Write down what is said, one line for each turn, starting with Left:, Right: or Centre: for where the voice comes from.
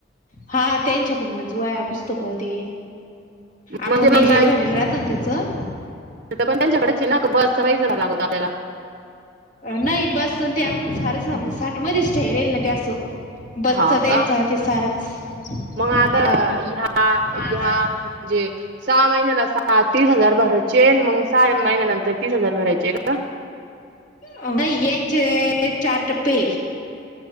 Left: हा त्यांच्याकुडूनच वया पुस्तक ते आपण
Right: म्हणजे
Left: हे
Right: मग
Left: भरल राहत ना त्याचं
Right: तर पण त्यांच्याकडेच ना बस सईच झाला लागतता आपल्याला
Left: नाही बस ते आपण सारं सम साठमध्येध्येच ठेरेल ना ते असं बसच
Right: हा
Left: त्यांचा
Right: का
Left: ते सारच
Right: मग आता
Left: हा
Right: ह ह
Left: मग आता
Right: म्हणजे सहा महिन्याला सहा तीस हजार भर चेन मग साहा महिन्यानंतर तीस हजार भरायचे आहे का
Left: अ येनच चार टपे